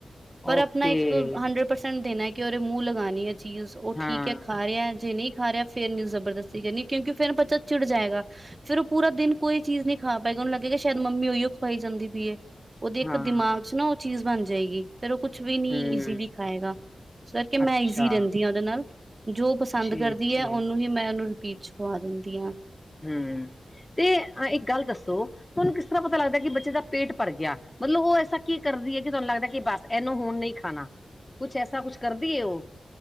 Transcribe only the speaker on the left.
ਓਕੇ
ਹਾਂ
ਹਾਂ
ਹੂੰ,
ਅੱਛਾ
ਠੀਕ-ਠੀਕ।
ਹ, ਤੇ ਇੱਕ ਗੱਲ ਦੱਸੋ? ਤੁਹਾਨੂੰ ਕਿਸ ਤਰ੍ਹਾਂ ਪਤਾ ਲੱਗਦਾ ਕਿ ਬੱਚੇ ਦਾ ਪੇਟ ਭਰ ਗਿਆ? ਮਤਲਬ ਉਹ ਐਸਾ ਕੀ ਕਰਦੀ ਹੈ, ਕਿ ਤੁਹਾਨੂੰ ਲੱਗਦਾ ਕਿ ਬਸ ਇਹਨੂੰ ਹੁਣ ਨਹੀਂ ਖਾਣਾ, ਕੁਛ ਐਸਾ ਕੁਛ ਕਰਦੀ ਹੈ ਉਹ?